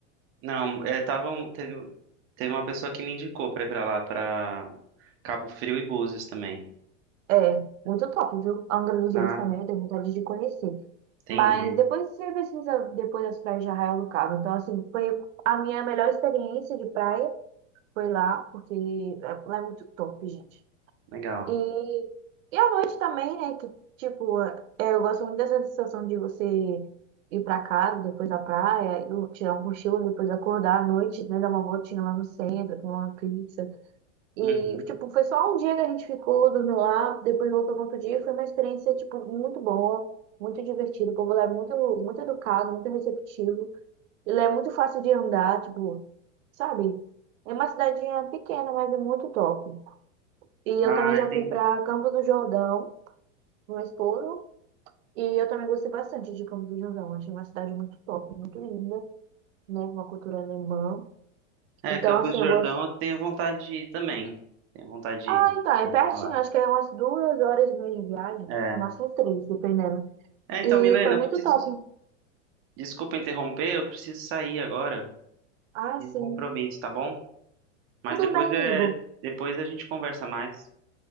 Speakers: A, on the right; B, on the right.
A: Não, é, tava um- teve, teve uma pessoa que me indicou pra ir pra lá, pra Cabo Frio e Búzios também.
B: É, muito top, viu? Angra dos
A: Ah,
B: Reis também, eu tenho vontade de conhecer.
A: entendi.
B: Mas depois você pesquisa depois das praias de Arraial do Cabo. Então, assim, foi a minha melhor experiência de praia. Foi lá, porque é, lá é muito top, gente.
A: Legal.
B: E, e à noite também, né? Que, tipo, é, eu gosto muito dessa sensação de você ir pra casa, depois da praia, eu tirar um cochilo, depois acordar à noite, né? Dar uma voltinha lá no centro, comer uma pizza. E,
A: Uhum.
B: tipo, foi só um dia que a gente ficou, dormiu lá, depois voltou no outro dia. Foi uma experiência, tipo, muito boa, muito divertida. O povo lá é muito, muito educado, muito receptivo. E lá é muito fácil de andar, tipo, sabe? É uma cidadinha pequena, mas é muito top. E
A: Ah,
B: eu também já
A: entendi.
B: fui para Campo do Jordão, no Estouro, e eu também gostei bastante de Campo do Jordão. Achei uma cidade muito top, muito linda, né? Com uma cultura alemã.
A: É,
B: Então,
A: Campos
B: assim,
A: do Jordão
B: eu gosto.
A: eu tenho vontade de ir também. Tenho vontade de
B: Ah,
A: ir,
B: então, é
A: já
B: pertinho,
A: ouvi falar.
B: acho que é umas duas horas e meia de viagem,
A: É.
B: máximo três, dependendo.
A: É, então,
B: E
A: Milena,
B: foi muito
A: eu preciso.
B: top.
A: Desculpa interromper, eu preciso sair agora.
B: Ah,
A: Tem
B: sim.
A: um compromisso, tá bom? Mas
B: Tudo
A: depois
B: bem,
A: é,
B: Igor.
A: depois a gente conversa mais,